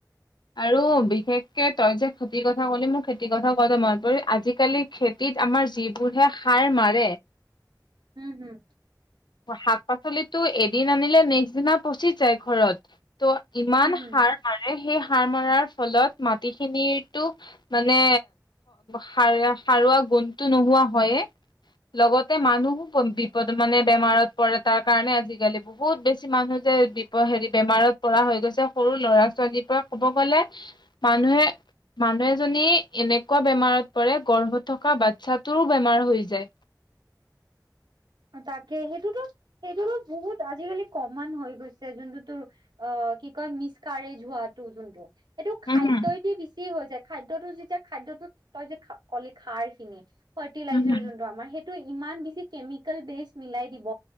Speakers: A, on the left (about 80°); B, on the right (about 75°).
A: আৰু বিশেষকে তই যে খেতিৰ কথা কলি মোৰ খেতিৰ কথা কোৱাতে মন পৰিল আজিকালি খেতিত আমাৰ যিবোৰহে খাৰ মাৰে
B: হুম হুম।
A: অ' শাক-পাচলিটো এদিন আনিলে নেক্সট দিনা পচি যায় ঘৰত। ত' ইমান
B: হম হম।
A: সাৰ মাৰে সেই সাৰ মৰাৰ ফলত মাটিখিনিটো মানে স-সাৰ-সাৰুৱা গুণটো নোহোৱা হ‌ইয়ে লগতে মানুহো বি-বিপদ মানে বেমাৰত পৰে তাৰ কাৰণে আজি-কালি বহুত বেছি মানুহ যে দি- ত' হেৰি বেমাৰত পৰা হৈ গৈছে সৰু ল'ৰা-ছোৱালীৰ পৰা ক'ব গলে- মানুহে মানুহ এজনী এনেকুৱা বেমাৰত পৰে গৰ্ভত থকা বাচ্ছাটোৰো বেমাৰ হৈ যায়।
B: তাকে, সেইটোতো সেইটোতো বহুত আজি-কালি কমন হৈ গৈছে যোনটো তোৰ অ' কি কয় মিছ কাৰেজ যোৱাটো যোনটো। এইটো খাদ্যই'দি
A: উম হুম,
B: বেছি হৈ যায়, খাদ্যটো যেতিয়া খাদ্যটো তই যে কলি খাৰ খিনি ফাৰ্তিলাইজাৰ
A: উম হুম,
B: যোনটো আমাৰ সেইটোৱে ইমান বেছি কেমিকেল বেছ মিলাই দিব